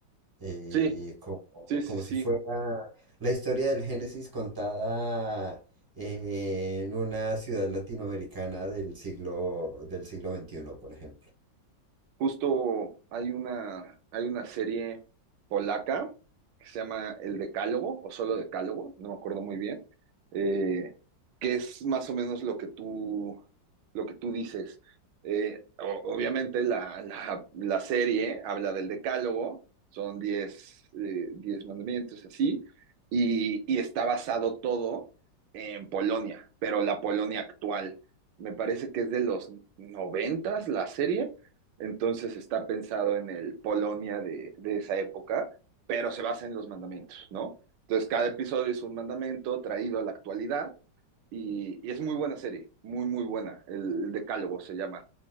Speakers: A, on the right (about 20°); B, on the right (about 80°).
A: Eh,
B: Sí,
A: como,
B: sí, sí,
A: como
B: sí.
A: si fuera la historia del Génesis contada en una ciudad latinoamericana del siglo, del siglo veintiuno por ejemplo.
B: Justo hay una, hay una serie polaca que se llama El Decálogo o solo Decálogo, no me acuerdo muy bien, eh, que es más o menos lo que tú, lo que tú dices. Eh, o- obviamente la, la, la serie habla del Decálogo, son 10 eh, 10 mandamientos así, y, y está basado todo en Polonia, pero la Polonia actual. Me parece que es de los noventas la serie entonces está pensado en el Polonia de, de esa época, pero se basa en los mandamientos, ¿no? Entonces cada episodio es un mandamento traído a la actualidad y, y es muy buena serie, muy, muy buena. El, Decálogo se llama.